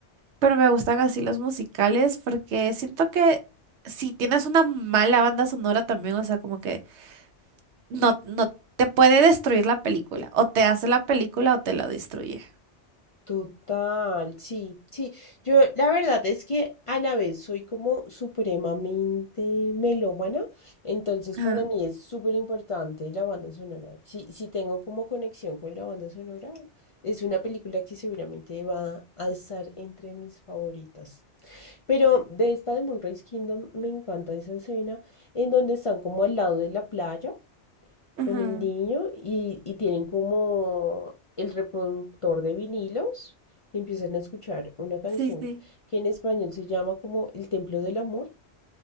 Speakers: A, on the right; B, on the left.
A: Pero me gustan así los musicales porque siento que si tienes una mala banda sonora también, o sea, como que no, no te puede destruir la película, o te hace la película o te la destruye.
B: Total, sí, sí. Yo la verdad es que a la vez soy como supremamente melómana, entonces
A: Ajá.
B: para mí es súper importante la banda sonora. Si, si tengo como conexión con la banda sonora, es una película que seguramente va a estar entre mis favoritas. Pero de esta de Moonrise Kingdom me encanta esa escena en donde están como al lado de la playa
A: Ujú.
B: con el niño y, y tienen como el reproductor de vinilos y empiezan a escuchar una canción
A: Sí, sí.
B: que en español se llama como El Templo del Amor